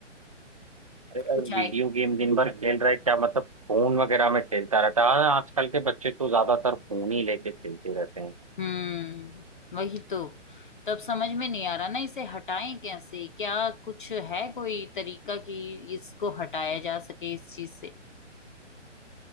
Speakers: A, on the right; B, on the left.
A: अरे यार
B: कुछ
A: वीडियो
B: आए
A: गेम दिन भर खेल रहा है क्या मतलब फोन वगैरह में खेलता रहता है हाँ, आजकल के बच्चे तो ज्यादातर फोन ही लेके खेलते रहते हैं
B: हम्म वही तो तब समझ में नहीं आ रहा ना इसे हटाएं कैसे क्या कुछ है कोई तरीका कि इसको हटाया जा सके इस चीज से